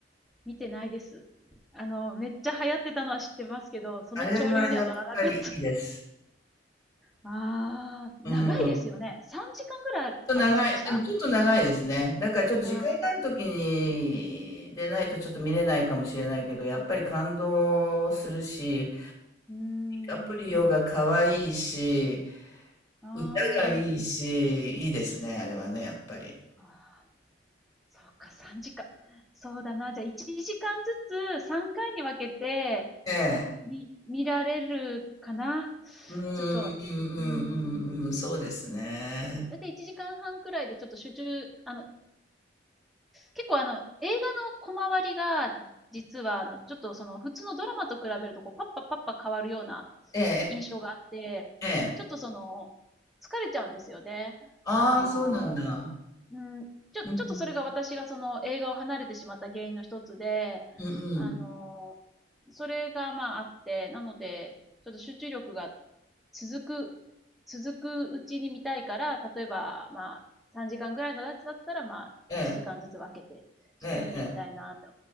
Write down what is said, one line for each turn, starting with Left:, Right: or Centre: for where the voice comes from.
Centre: 見てないです。あの、めっちゃ流行ってたのは知ってますけど、その潮流には乗らなかった。
Left: あれはやっぱりいいです。
Centre: ああ、
Left: うん。
Centre: 長いですよね。3時間ぐらいありませんでした
Left: と長い、うん、ちょっと長いですね。だからちょっと時間があるときにでないとちょっと見れないかもしれないけど、
Centre: ああ
Left: やっぱり感動するし、
Centre: ー、うーん。
Left: アプリオが可愛いし、
Centre: あ
Left: 歌がいいし、いいですね、あれはね、やっぱり。
Centre: あ、ああ、そうか、3時間。そうだな。じゃあ、1時間ずつ3回に分けて
Left: ええ。
Centre: 見、見られるかな。
Left: うん、うん、
Centre: ちょっと、
Left: うん、
Centre: うーん。
Left: うん、うんそうですね。
Centre: そうで、だいたい1時間半くらいでちょっと集中、あの、結構あの、映画の小回りが、実はあの、ちょっとその、普通のドラマと比べると、こう、パッパパッパ変わるような
Left: ええ、
Centre: 印象があって、
Left: ええ、ええ。
Centre: ちょっとその、疲れちゃうんですよね。
Left: ああ、
Centre: あの、
Left: そうなんだ。
Centre: うん、ちょ、
Left: うん、
Centre: ちょっとそれが私がその映画を離れてしまった原因の一つで、
Left: うん、うん。うん
Centre: あの、それがまああって、なので、ちょっと集中力が続く、続くうちに見たいから、例えばまあ3時間ぐらいのやつだったらまあ1時間ずつ分けて、
Left: ええ、
Centre: ちょっと見てみたいなって
Left: ええ、ええ。